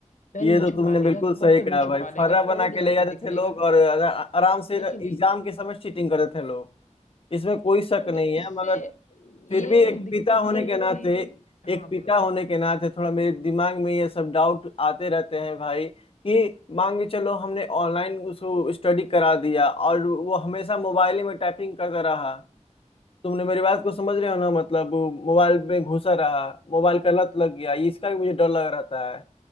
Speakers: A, on the left; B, on the left.
A: पेन
B: ये
A: में
B: तो
A: छुपा
B: तुमने
A: लेगा
B: बिल्कुल सही
A: पॉकेट
B: कहा
A: में छुपा
B: भाई फर्रा
A: लेगा टॉयलेट
B: बना के
A: जाके
B: ले जाते
A: देख
B: थे
A: लेगा
B: लोग और आराम से
A: है
B: एग्जाम
A: कि नहीं
B: के समय चीटिंग करते थे लोग इसमें कोई शक
A: है ना तो
B: नहीं
A: इससे
B: है मगर फिर
A: ये
B: भी एक
A: दिक्कत
B: पिता होने
A: ये
B: के
A: है
B: नाते
A: कि हाँ
B: एक पिता
A: बोलो बोलो
B: होने के नाते थोड़ा मेरे दिमाग में ये सब डाउट आते रहते हैं भाई कि मान के चलो हमने ऑनलाइन उसको स्टडी करा दिया और वो हमेशा मोबाइल ही में टाइपिंग करता रहा तुमने मेरी बात को समझ रहे हो ना मतलब वो मोबाइल में घुसा रहा मोबाइल का लत लग गया ये इसका भी मुझे डर लग रहता है